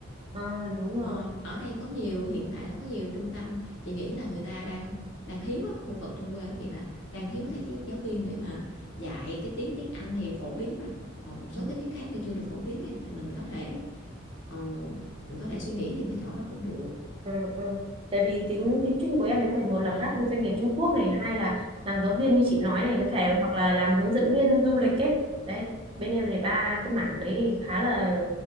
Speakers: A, on the right; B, on the left.
A: Ờ, đúng rồi.
B: Ờ, ở đây có nhiều hiện tại là có nhiều trung tâm chị nghĩ là người ta đang đang thiếu á, khu vực trong quê của chị là đang thiếu cái gi- giáo viên để mà dạy cái tiếng tiếng Anh thì phổ biến rồi còn một số
A: Ừ.
B: cái tiếng khác thì chưa được phổ biến em thì mình có thể ờ, mình có thể suy nghĩ thêm cái chỗ đó cũng được
A: Ừ, ừ. Tại vì tính tính chung của em thì có thể một
B: Ờ,
A: là các doanh nghiệp Trung Quốc này, hai là làm giáo viên như chị nói này, có thể
B: ừ,
A: hoặc là làm hướng dẫn viên du lịch ấy. Đấy, bên em thì ba cái mảng đấy thì khá là